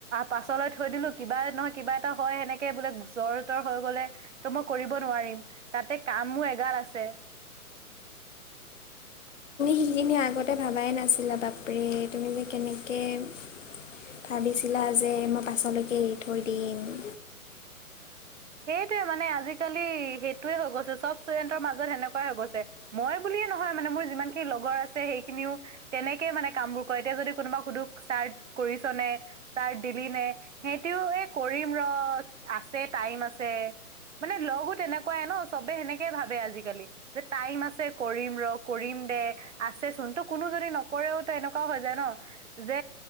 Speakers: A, on the right; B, on the left.
A: পাছলৈ থৈ দিলো, কিবা নহয় কিবা এটা হয় সেনেকে বোলে জ্বৰ- হৈ গলে ত' মই কৰিব নোৱাৰিম তাতে কামো এগাল আছে।
B: সিখিনি আগতে ভাবাই নাছিলা বাপৰে তুমি যে কেনেকে - ভাবিছিলা যে মই পাছলৈকে এৰি থৈ দিম।
A: সেইটোৱে মানে, আজিকালি সেইটোৱে হৈ গৈছে চব ষ্টুডেণ্টৰ মাজত সেনেকুৱাই হৈ গৈছে। মই বুলিয়ে নহয় মানে, মোৰ যিমানখিনি লগৰ আছে সেইখিনিও। তেনেকে মানে কামবোৰ কৰে, এতিয়া যদি কোনোবা সুধ চাৰজ কৰিছনে। ষ্টাৰ্ট দিলি নে, সেহঁতেও এই কৰিম ৰ আছে টাইম আছে। মানে লগো তেনেকুৱাই ন, চবে সেনেকে ভাবে আজিকালি। যে টাইম আছে কৰিম ৰ কৰিম দে। আছেচোন তো কোনো যদি নকৰেও তো এনেকুৱাও হৈ যায় ন যে।